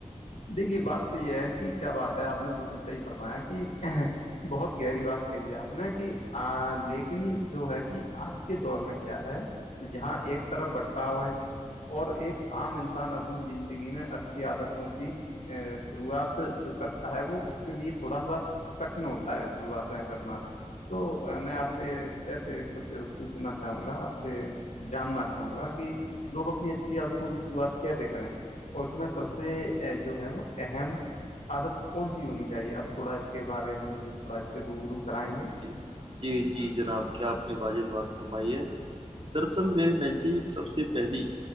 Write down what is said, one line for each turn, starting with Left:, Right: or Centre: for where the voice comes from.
Left: دیکھیے بات تو یہ ہے کہ کیا بات ہے آپ نے بالکل صحیح فرمایا کہ بہت گہری بات کہی ہے آپ نے کہ لیکن جو ہے کہ آج کے دور میں کیا ہے جہاں ایک طرف بٹ اور ایک عام انسان اپنی زندگی میں اچھی عادتوں کی شروعات جو کرتا ہے وہ اس کے لیے تھوڑا سا کٹن ہوتا ہے شروعاتیں کرنا تو میں آپ سے ایسے پوچھنا چاہوں گا آپ سے جاننا چاہوں گا کہ کہ لوگ اپنی اچھی عادتوں کی شروعات کیسے کریں اور اس میں سب سے جو ہے وہ اہم عادت کون سی ہونی چاہیے آپ تھوڑا اس کے بارے میں مجھے تھوڑا اس سے روب رو کرائیں گے
Right: جی جی جی جناب کیا آپ نے واجح بات فرمائی ہے دراصل میے نزدیک سب سے پہلی